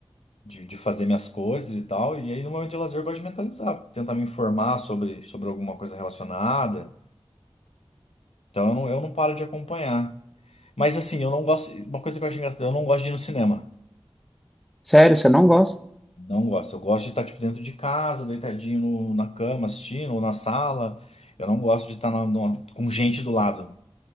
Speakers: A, on the left (about 80°); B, in the centre.
A: de, de fazer minhas coisas e tal, e aí no momento de lazer eu gosto de mentalizar, tentar me informar sobre, sobre alguma coisa relacionada. Então eu não, eu não paro de acompanhar. Mas assim, eu não gosto. Uma coisa que eu acho engraçada, eu não gosto de ir no cinema.
B: Sério, você não gosta?
A: Não gosto. Eu gosto de estar, tipo, dentro de casa, deitadinho no- na cama, assistindo, ou na sala. Eu não gosto de estar na- numa- com gente do lado